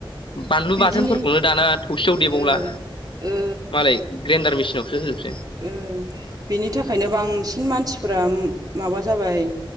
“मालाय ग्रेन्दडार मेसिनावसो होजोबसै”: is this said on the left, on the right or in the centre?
Left